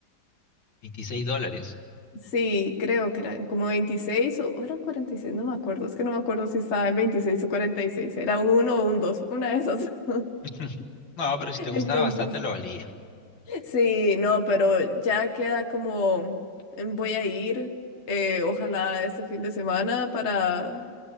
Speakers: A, on the left; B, on the left.
A: veintiséis dólares.
B: Sí, creo que eran como 26 o, o eran 46, no me acuerdo, es que no me acuerdo si estaba en 26 o 46, era un uno o un 2, una de esas. <laughs>
A: <laughs> No, pero si te gustaba
B: Entonces,
A: bastante lo valía.
B: sí, no, pero ya queda como, em, voy a ir, eh, ojalá este fin de semana para,